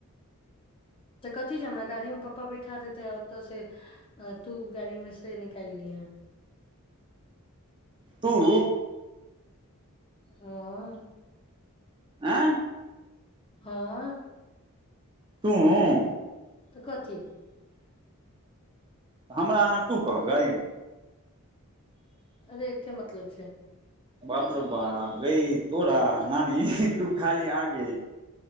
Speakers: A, on the left (about 25°); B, on the right (about 20°).
A: तऽ कथी छै हमरा गाड़ी मे पप्पा बैठा देत त औतऽ से तू गाड़ी मे से निकाइल लीहैं
B: तूं
A: हं
B: ऐं
A: हँ
B: तूं
A: तऽ कथी
B: हमरा अहाँ तू कहबैय
A: अरे एके मतलब छै
B: बाप रे बाप गई तोरा नानी तू खाली आगै